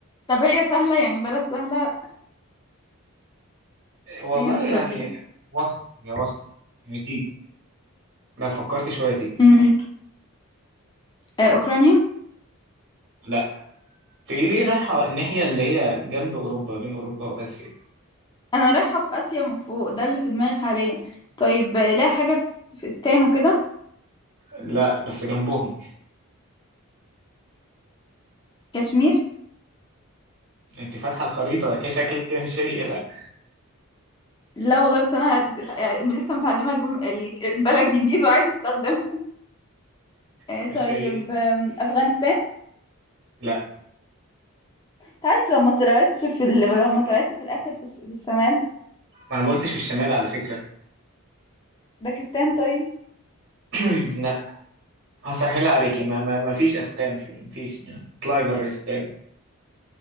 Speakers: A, on the left (about 20°); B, on the right (about 55°).
A: طب هي سهلة يعني بلد سهلة
B: آه، والله
A: هي مش
B: يعني
A: روسيا
B: وسط هي وسط يعني تيجي لو فكرت شوية تيجي
A: مم. آه أوكرانيا
B: لا في ليه رايحة الناحية اللي هي جنب أوروبا بين أوروبا وآسيا
A: أنا رايحة في آسيا من فوق ده اللي في دماغي حاليا طيب آه، لا حاجة في فستان وكده
B: لا بس جنبهم
A: كشمير
B: انت فاتحه الخريطه كده شكلك كده مش هي لا
A: لا والله بس أنا ت- يعني لسه متعلمة الجم... ال- البلد جديد وعايزة أستخدمها آه
B: مش
A: طيب
B: هي
A: آم، أفغانستان
B: لا
A: تعرف لو ما طلعتش في ال... لو ما طلعتش في الآخر في, الش... في الشمال
B: ما انا ما قلتش في الشمال على فكره
A: باكستان طيب
B: <clears throat> لا هسهلها عليكي ما, ما, ما فيش استان في ما فيش يعني. اطلعي بره استان